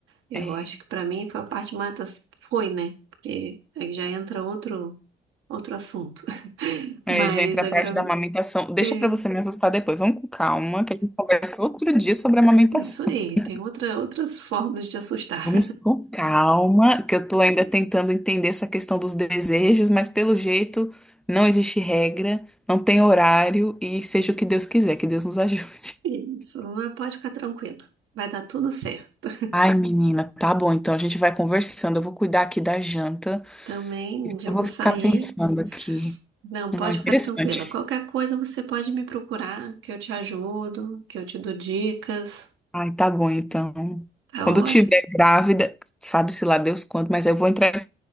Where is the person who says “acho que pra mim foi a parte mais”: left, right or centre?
Right